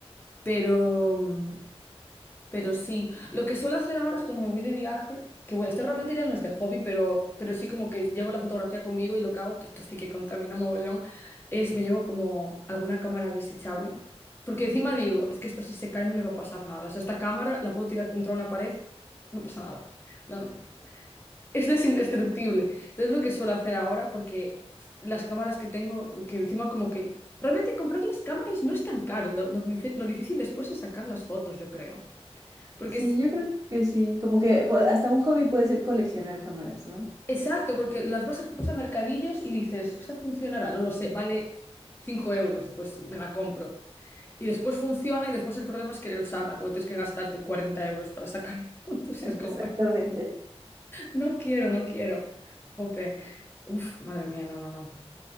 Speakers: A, on the left; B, on the right.
A: Pero, mm, pero sí, lo que suelo hacer ahora es cuando me voy de viaje, que bueno, esto realmente ya no es de hobby, pero, pero sí como que llevo la fotografía conmigo y lo que hago, que esto sí que contamina mogollón, es me llevo como alguna cámara desechable. Porque encima digo, es que esto si se cae no le va a pasar nada. O sea, esta cámara la puedo tirar contra una pared, no pasa nada. No. Esto es indestructible. Entonces lo que suelo hacer ahora, porque las cámaras que tengo, que encima como que... Realmente comprar las cámaras no es tan caro. Lo, lo dif- lo difícil después es sacar las fotos, yo creo. Porque
B: Sí,
A: es...
B: yo creo que sí. Como que po- hasta un hobby puede ser coleccionar cámaras, ¿no?
A: Exacto, porque las vas a, vas a mercadillos y dices, esta funcionará, no lo sé, vale 5 euros, pues me la compro. Y después funciona y después el problema es querer usarla, cuando tienes que gastarte 40 euros para sacar <laughs> fotos
B: Exactamente.
A: y es como, no quiero, no quiero. Jope. Uf, madre mía, no, no, no.